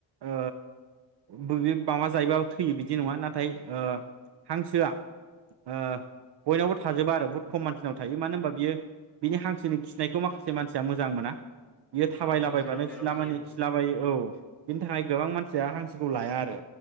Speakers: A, on the right (about 60°); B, in the centre.
A: ओ बो ओ माबा जायोबा थैयो बिदि नङा नाथाय ओ हांसोआ ओ बयनावबो थाजोबा आरो बुहुत खम मानसिनाव थायो मानो होनबा बियो बिनि हांसोनि खिनायखौ माखासे मानसिया मोजां मोना। बियो थाबायलाबायबानो
B: नंगौ नंगौ जेराव मेराव
A: सिला
B: खियो
A: मानि खिलाबायो औ। बिनि थाखाय गोबां मानसिया हांसोखौ लाया आरो